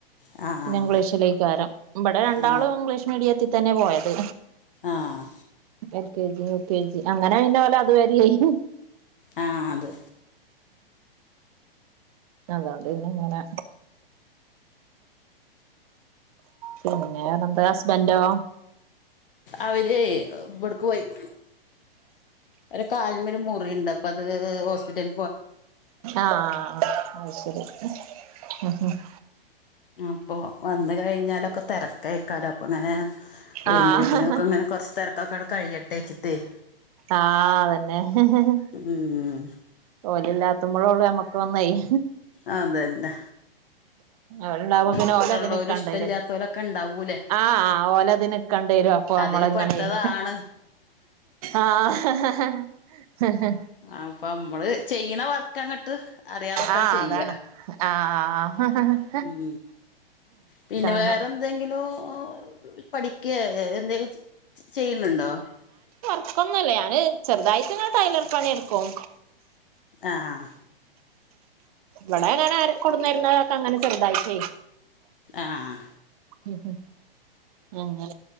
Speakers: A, on the left (about 60°); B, on the right (about 40°).
A: ആ
B: പിന്നെ
A: അത്
B: ഇംഗ്ലീഷിലൈകാരം ഇവടെ രണ്ടാളും
A: ആ
B: ഇംഗ്ലീഷ് മീഡിയത്തി തന്നെ പോയത്.
A: ആഹ്.
B: L K. G U. K. G അങ്ങനെ പിന്നെ ഓല്‌ അതുവരെയായി.
A: ആഹ് അത്.
B: അതൊണ്ട് ഇന്നങ്ങനെ പിന്നെ എന്താ ഹസ്ബൻന്റോ?
A: അവര് ഇവ്ട്ക്ക് പോയിക്ക് ഓരെ കാൽമ്മേ ഒര് മുറിണ്ട് അപ്പ അത് ഹോസ്പിറ്റൽ
B: ആഹ് അത് ശരി <unintelligible>
A: അപ്പോ വന്ന് കഴിഞ്ഞാലൊക്കെ തെരക്കയ്ക്കാരംഅപ്പ ങ്ങനെ വരുമ്പോത്തിനൊക്ക
B: ആഹ്
A: ങ്ങനെ കൊറച്ച് തെരക്കൊക്കെ കഴിയട്ടേചിട്ടെയ്.
B: ആഹ് അതന്നെ ഹേ ഹ് ഹ്.
A: ഉം
B: ഓല് ഇല്ലാത്തുമ്പോഴള്ളു നമ്മക്ക് ഒന്നെയ്
A: അതന്നെ
B: ഓല്ണ്ടാവുമ്പോ പിന്നെ
A: ഇഷ്ടമുള്ളവരും
B: ഓലതിനൊക്കെണ്ടയ്രു
A: ഇഷ്ടമില്ലാത്തവരൊക്കെ ഉണ്ടാവൂലേ
B: ആ ഓലതിനക്കെ ക്കണ്ടരും അപ്പൊ
A: അതില്
B: നമ്മളഇങ്ങനെയ്
A: പെട്ടതാണ്
B: ആഹ്, ഹ് ഹ് ഹ് ഹ്
A: അപ്പൊ മ്മള് ചെയ്യ്ണ വർക്ക് അങ്ങട്ട് അറിയാതൊക്കെ
B: ആഹ്
A: അങ്ങട് ചെയ്യ
B: അതാണ് ആ ആ ഹ് ഹ്.
A: ഉം, പിന്നെ
B: അങ്ങനെ
A: വേറെ എന്തെങ്കിലോ ഓ പഠിക്കേ എന്തങ്കിലും ചെയ്യുന്നുണ്ടോ?
B: ഇപ്പൊന്നുല്ല ഞാന് ചെറുതായിട്ട്ങ്ങെ ടൈലർ പണി ട്ക്കും.
A: ആഹ്.
B: വടെ എങ്ങനെ കൊടുന്നരുന്നതൊക്കെ അങ്ങനെ ചെറുതായിട്ടേയ്
A: ആഹ്.
B: ഉ ഉം അങ്ങനെ?